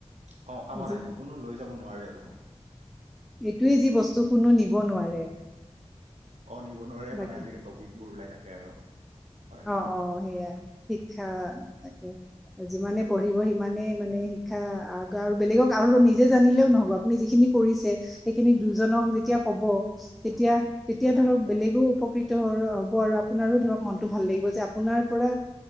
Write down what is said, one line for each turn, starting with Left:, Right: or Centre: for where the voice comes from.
Right: ক কামত
Centre: যি
Right: আহিব। কোনো লৈ যাব নোৱাৰে আৰু
Centre: এইটোৱে যি বস্তু কোনো নিব নোৱাৰে।
Right: অ নিব নোৱাৰে
Centre: বাকী
Right: মানে আজিকালি টপিক বোৰ ওলাই থাকে আৰু। হয় হয়
Centre: অ অ সেইয়া শিক্ষা তাকে যিমানে
Right: অ
Centre: পঢ়িব সিমানে মানে শিক্ষা আৰু বেলেগক আৰু নিজে জানিলেও নহব। আপুনি যিখিনি কৰিছে সেইখিনি দুজনক যেতিয়া
Right: হয়
Centre: কব, তেতিয়া তেতিয়া
Right: হয়
Centre: ধৰক বেলেগো উপতৃত হ'ব আৰু আপোনাৰো ধৰক মন ত ভাল লাগিবজে যে আপোনাৰ পৰা